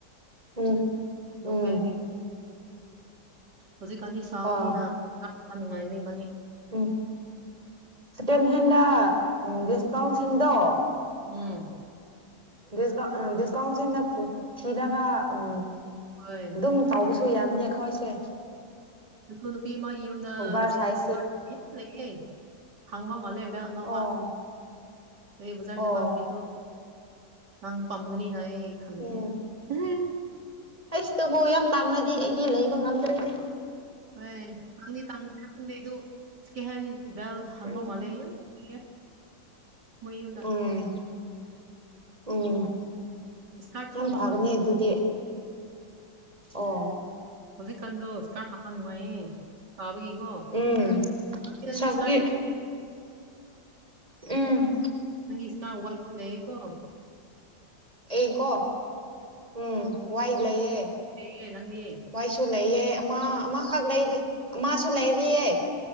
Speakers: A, on the right; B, on the right.
A: ꯎꯝ ꯎꯝ
B: ꯂꯣꯡꯄꯦꯟꯗꯤ ꯍꯧꯖꯤꯛꯀꯥꯟꯗꯤ ꯁꯥꯕꯅꯤꯅ
A: ꯑꯥ
B: ꯅꯨꯡꯉꯥꯏꯒꯅꯤ ꯏꯕꯥꯅꯤ
A: ꯎꯝ ꯁꯦꯀꯦꯟ ꯍꯦꯟꯗ ꯗꯤꯁꯀꯥꯎꯟꯁꯤꯡꯗꯣ
B: ꯎꯝ
A: ꯁꯀ ꯗꯦꯁꯀ ꯑꯪꯁꯤꯗ ꯊꯤꯔꯥꯒ ꯎ
B: ꯍꯣꯏ
A: ꯑꯗꯨ ꯇꯥꯎꯕꯁꯨ ꯌꯥꯕꯅꯤ ꯑꯩꯈꯣꯏꯁꯦ
B: ꯑꯗꯨ ꯅꯨꯄꯤ ꯃꯥꯒꯤ ꯌꯨꯝꯗ
A: ꯑꯣꯚꯔ
B: ꯖꯤꯟꯁ
A: ꯁꯥꯏꯖꯁꯤꯡ
B: ꯀꯔ ꯂꯩꯒꯦ ꯍꯪꯕ ꯃꯜꯦꯕ ꯅꯋꯥ
A: ꯑꯣ
B: ꯑꯦ ꯕꯖꯥꯔ ꯆꯖꯠꯄꯥꯟ
A: ꯑꯣ
B: ꯅꯨꯃꯤꯠꯇꯣ ꯅꯪ ꯄꯥꯝꯒꯅꯤꯅ ꯑꯩ ꯈꯟꯒꯅꯤ
A: ꯎꯝ
B: ꯎꯝ
A: ꯑꯩꯁꯇꯕꯨ ꯌꯥꯝ ꯇꯥꯡꯅꯗꯤ ꯑꯩꯗꯤ ꯂꯩꯕ ꯉꯝꯗ꯭ꯔꯦꯅꯦ
B: ꯍꯣꯏ ꯇꯥꯡꯗꯤ ꯇꯥꯡ ꯈꯪꯗꯦ ꯑꯗꯨ ꯁ ꯀꯦꯍꯦꯟ ꯕꯦꯜ ꯍꯥꯡꯕ
A: ꯎꯝ
B: ꯃꯥꯜꯂꯦ ꯌꯥꯝ ꯂꯩꯔꯦ ꯃꯣꯏ ꯌꯨꯝꯗ
A: ꯎꯝ ꯎꯝ
B: ꯏꯁꯀꯥꯔꯠꯁꯨ
A: ꯌꯥꯝ
B: ꯍꯥꯞꯄ
A: ꯐꯒꯅꯤ ꯑꯗꯨꯗꯤ ꯑꯣ
B: ꯍꯧꯖꯤꯛꯀꯥꯟꯗꯣ ꯁꯀꯥ ꯍꯥꯞꯄ ꯅꯨꯡꯉꯥꯏꯌꯦ ꯁꯥꯥꯕꯒꯤꯀꯣ
A: ꯎꯝ
B: ꯅꯪꯒꯤ
A: ꯁꯕꯒꯤ
B: ꯏꯁꯀꯥꯏ ꯌꯥꯝ
A: ꯎꯝ
B: ꯅꯪꯒꯤ ꯏꯁꯇꯥ ꯋꯥꯏꯈꯤ ꯂꯩꯑꯦꯀꯣ
A: ꯑꯩ ꯀꯣ ꯎꯝ ꯋꯥꯏ ꯂꯩꯌꯦ
B: ꯌꯦ ꯅꯪꯗꯤ
A: ꯋꯥꯏꯁꯨ ꯂꯩꯌꯦ ꯑꯃ ꯑꯃꯈꯛ ꯂꯩꯔꯤ ꯑꯃꯁꯁꯨ ꯂꯩꯔꯤꯑ